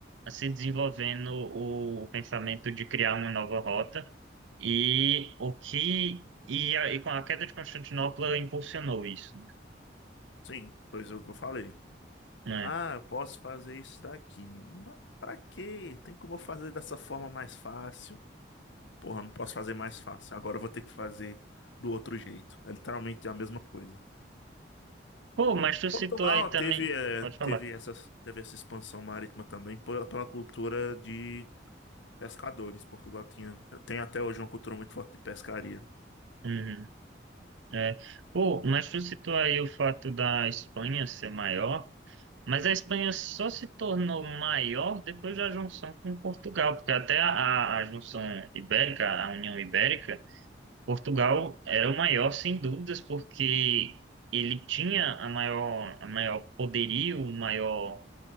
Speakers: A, on the right; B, on the left.
A: se desenvolvendo o pensamento de criar uma nova rota e o que e, a, e com a queda de Constantinopla impulsionou isso,
B: Sim, pois é o que eu falei.
A: né?
B: Ah, eu posso fazer isso daqui. Mas pra quê? Tem como eu fazer dessa forma mais fácil? Porra, não posso fazer mais fácil. Agora eu vou ter que fazer do outro jeito. É literalmente a mesma coisa.
A: Pô, mas tu
B: Portugal
A: citou aí também,
B: teve, eh,
A: pode falar.
B: teve, essa, teve essa expansão marítima também pe- pela cultura de pescadores. Portugal tinha, tem até hoje uma cultura muito forte de pescaria.
A: Uhum, é. Pô, mas tu citou aí o fato da Espanha ser maior. Mas a Espanha só se tornou maior depois da junção com Portugal, porque até a, a a junção ibérica, a União Ibérica, Portugal era o maior, sem dúvidas, porque ele tinha a maior, a maior poderio, o maior,